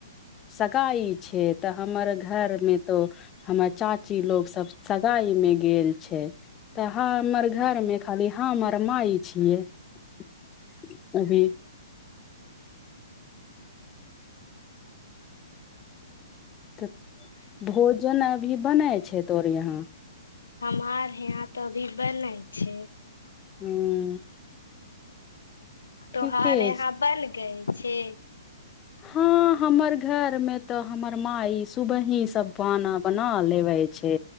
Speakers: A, on the left (about 20°); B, on the left (about 75°).
A: सगाइ छै तऽ हमर घरमे तो हमर चाची लोग सब सगाई मे गेल छै तऽ ह हमर घर में खाली हम आओर माई छियै--अभी तऽ भोजन अभी बनैय छै तोर यहाँ
B: हमार यहा तऽ अभी बनै छै
A: हूँ
B: तो
A: ठीके
B: हार यहाँ बन गए छी
A: हाँ हमर घर मे त हमर माई सुबह ही सब बना बना लेबै छै